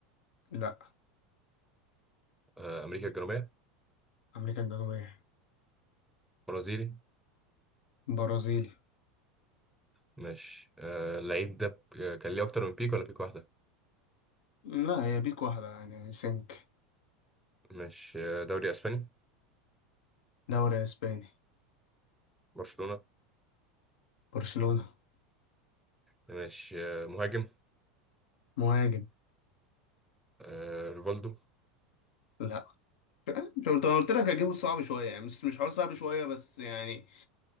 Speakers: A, on the left; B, in the centre.
A: لا
B: آه امريكا الجنوبيه
A: امريكا الجنوبية
B: برازيلي
A: برازيلي
B: ماشي آه اللعيب ده ب- آه، كان ليه أكتر من بيك ولا بيك واحدة
A: لا هي بيك واحدة يعني سنك
B: ماشي آه دوري أسباني
A: دوري اسباني
B: برشلونة
A: برشلونة
B: ماشي آه مهاجم
A: مهاجم
B: آه ريفالدو
A: لا مش قلت انا قلت لك هجيبه صعب شويه يعني مش مش حوار صعب شويه بس يعني